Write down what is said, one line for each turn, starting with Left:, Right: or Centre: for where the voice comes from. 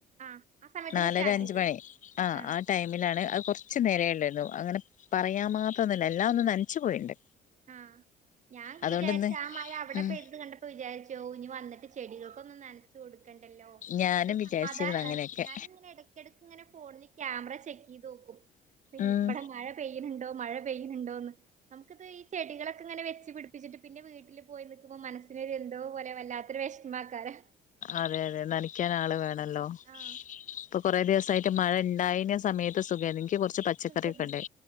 Right: ആഹ് ആ സമയത്തന്നെ
Left: നാലര
Right: സ്റ്റാർട്ട്
Left: അഞ്ച്മണി
Right: ചെയ്തത്
Left: ആ
Right: ആഹ്
Left: ആ ടൈമിലാണ് അഹ് കൊറ്ച്ച് കുറച്ച് നേരയുള്ളു അങ്ങനെ പറയാൻ മാത്രന്നുല്ല എല്ലാം ഒന്നും നനച്ചു പോയിണ്ട്
Right: ഉം ഞാൻ
Left: അതുകൊണ്ടിന്ന്
Right: വിചാരിച്ച ആ മഴ അവിടെ
Left: ഉം
Right: പെയ്തത് കണ്ടപ്പോ വിചാരിച്ചു ഓ ഇനി വന്നിട്ട് ചെടികൾ ഒന്ന് നനച്ച് കൊടുക്കണ്ടല്ലോ
Left: ഞാനും
Right: ഒരു
Left: വിചാരിച്ചിരുന്നു
Right: സമാധാനാണ്
Left: അങ്ങനെയൊക്കെ
Right: ഞാനിങ്ങനെ ഇടക്കിടക്ക് ഇങ്ങനെ ഫോണിൽ ക്യാമറ ചെക്കെയ്ത് നോക്കും പിന്നെ
Left: ഉം
Right: ഇവിടെ മഴ പെയ്യുന്നുണ്ടോ മഴ പെനണ്ടോന്ന് നമുക്കത് ചെടികളക്കെങ്ങനെ വെച്ച് പിടിപ്പിച്ചിട്ട് പിന്നെ വീട്ടിൽ പോയി നിൽക്കുമ്പൾ മനസ്സിനൊരു എന്തോ പോലെ വല്ലാത്തരു വിഷമാക്കാരെ
Left: അതെ അതെ നനക്കാൻ ആള് വേണല്ലോ
Right: ആഹ്
Left: ഇപ്പൊ കൊറേ ദിവസ റ്റായിട്ട് മഴ ഉണ്ടായിന സമയത്ത് സുഖായിനി നിക്ക് കൊറച്ച് കൊറച്ച്
Right: സുഖായിരുന്നു
Left: പച്ചക്കറ്യോക്കെണ്ട്